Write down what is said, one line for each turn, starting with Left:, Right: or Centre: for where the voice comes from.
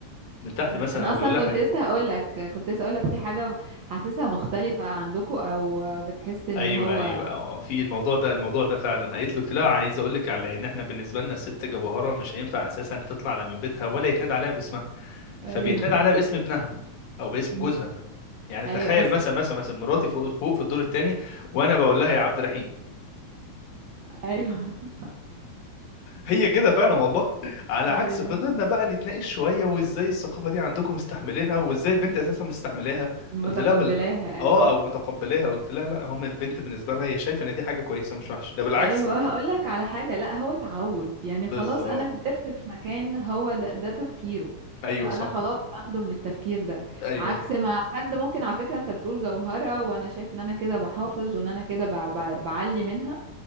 Left: من تحت
Right: أي-
Left: مثلا
Right: انا
Left: او
Right: اصلا
Left: بيقول لها
Right: كنت
Left: حاجه
Right: لسه هقول لك كنت لسه هقول لك في حاجه حاسسها مختلفه عندكم او بتحس
Left: ايوه
Right: ان هو
Left: ايوه اه في الموضوع ده الموضوع ده فعلا قالت له قلت لها عايز اقول لك على ان احنا بالنسبه لنا الست جوهره مش هينفع اساسا تطلع لا من بيتها ولا يتنادى عليها باسمها فبيتنادى
Right: ايوه
Left: عليها باسم ابنها او باسم
Right: مم،
Left: جوزها يعني
Right: ايوه
Left: تخيل
Right: بس
Left: مثلا مثلا مثلا مراتي فوق فوق في الدور الثاني وانا بقول لها يا عبد الرحيم
Right: ايوه <laughs>
Left: هي كده فعلا والله على
Right: ايوه
Left: عكس فضلنا بقى نتناقش شويه وازاي الثقافه دي عندكم مستحملينها وازاي البنت اساسا مستحملاها
Right: متقبلاها
Left: قلت لها بل... اه
Right: ايوه
Left: او متقبلاها قلت لها لا هم البنت بالنسبه لها هي شايفه ان دي حاجه كويسه مش وحشه ده بالعكس
Right: ايوه هقول لك على حاجه لا هو تعود يعني خلاص
Left: بالظبط
Right: انا كبرت في مكان هو ده, ده تفكيره
Left: ايوه
Right: فانا
Left: صح
Right: خلاص اخده من التفكير ده
Left: ايوه
Right: عكس ما حد ممكن على فكره انت بتقول جوهره وانا شايف ان انا كده بحافظ وان انا كده ب- ب- بعلي منها